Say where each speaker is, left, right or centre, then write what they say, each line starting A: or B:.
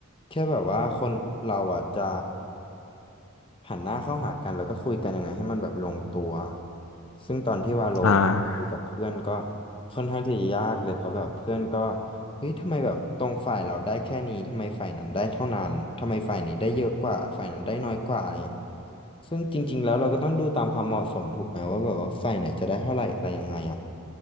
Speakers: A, on the left; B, on the left.
A: แค่แบบว่าคนเราอ่ะจะ หันหน้าเข้าหากันแล้วก็คุยกันยังไงให้มันแบบลงตัว ซึ่งตอนที่วาโล
B: อ่า
A: คุยกับเพื่อนก็ค่อนข้างที่จะยากเลยเพราะแบบเพื่อนก็เฮ้ยทำไมแบบตรงฝ่ายเราได้แค่นี้ทำไมฝ่ายนั้นได้เท่านั้นทำไมฝ่ายนี้ได้เยอะกว่าฝ่ายนั้นได้น้อยกว่าอะไรเงี้ยซึ่งจริงๆแล้วเราก็ต้องดูตามความเหมาะสมถูกไหมว่าแบบว่าฝ่ายไหนจะได้เท่าไหร่อะไรยังไงอะ